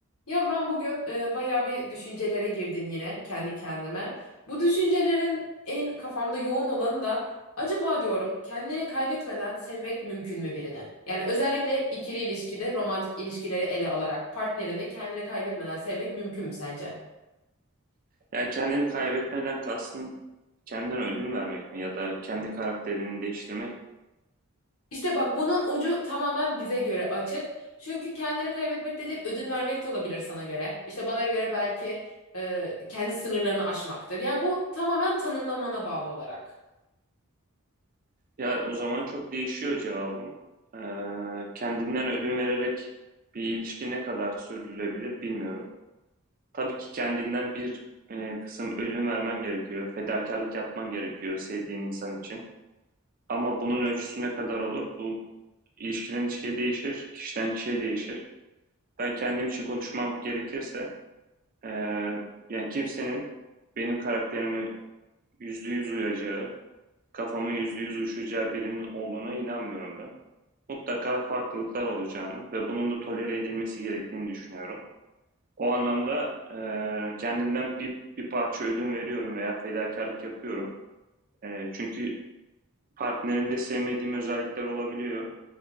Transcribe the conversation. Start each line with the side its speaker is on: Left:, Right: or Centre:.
Left: Ya ben bugün e, bayağı bir düşüncelere girdim yine kendi kendime. Bu düşüncelerin en kafamda yoğun olanı da acaba diyorum kendini kaybetmeden sevmek mümkün mü birini? Yani özellikle ikili ilişkide romantik ilişkileri ele alarak partnerini kendini kaybetmeden sevmek mümkün mü sence?
Right: Yani kendini kaybetmeden kastın kendine ödün vermek mi ya da kendi karakterini değiştirmek?
Left: İşte bak bunun ucu tamamen bize göre açık. Çünkü kendini kaybetmek dediğin ödün vermek de olabilir sana göre. İşte bana göre belki e, kendi sınırlarını aşmaktır. Yani bu tamamen tanımlamana bağlı olarak.
Right: Ya o zaman çok değişiyor cevabım. Ee, kendinden ödün vererek bir ilişki ne kadar sürdürülebilir bilmiyorum. Tabii ki kendinden bir e, kısım ödün vermen gerekiyor. Fedakarlık yapman gerekiyor sevdiğin insan için. Ama bunun ölçüsü ne kadar olur? Bu ilişkiden ilişkiye değişir, kişiden kişiye değişir. Ben kendim için konuşmam gerekirse Ee, yani kimsenin benim karakterime yüzde yüz uyacağı, kafama yüzde yüz uyuşacağı birinin olduğuna inanmıyorum ben. Mutlaka farklılıklar olacağını ve bunun da tolere edilmesi gerektiğini düşünüyorum. O anlamda e, kendimden bir, bir parça ödün veriyorum veya fedakarlık yapıyorum. E, çünkü partnerimde sevmediğim özellikler olabiliyor.